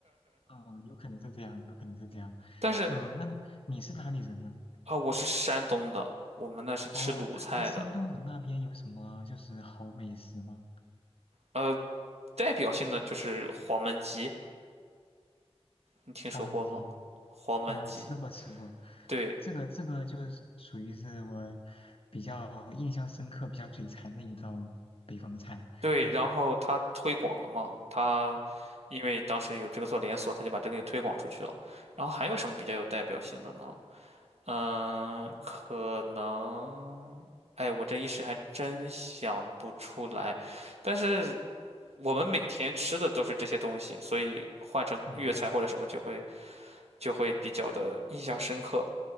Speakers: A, on the left; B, on the right.
A: 嗯，有可能是这样，有可能是这样。
B: 但是
A: 嗯，那你是哪里人呢？
B: 啊、我是山东的，我们那是吃鲁菜的。
A: 哦，那山东人那边有什么就是好美食吗？
B: 呃，代表性的就是黄焖鸡，你听说过吗？
A: 黄焖鸡
B: 黄焖鸡，
A: 哦，吃过吃过，
B: 对，
A: 这个这个就是属于是我比较印象深刻、比较嘴馋的一道北方菜。
B: 对，
A: <laughs>
B: 然后他推广了嘛，他因为当时有这个做连锁，他就把这个东西推广出去了。然后还有什么比较有代表性的呢？嗯，可能，哎，我这一时还真想不出来。但是我们每天吃的都是这些东西，所以换成粤菜或者什么就会
A: 哦
B: 就会比较的印象深刻。